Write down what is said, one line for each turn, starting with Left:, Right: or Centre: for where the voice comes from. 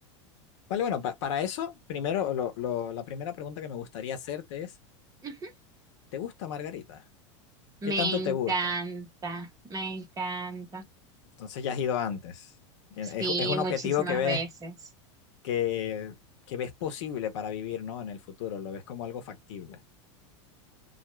Left: Vale, bueno, pa- para eso, primero, lo- lo- la primera pregunta que me gustaría hacerte es...
Right: Ujú.
Left: ¿te gusta Margarita?
Right: Me
Left: ¿Qué tanto
Right: encanta,
Left: te gusta?
Right: me encanta.
Left: Entonces ya has ido antes. Es,
Right: Sí,
Left: es un
Right: muchísimas
Left: objetivo que ves,
Right: veces.
Left: que, que ves posible para vivir, ¿no? En el futuro, lo ves como algo factible.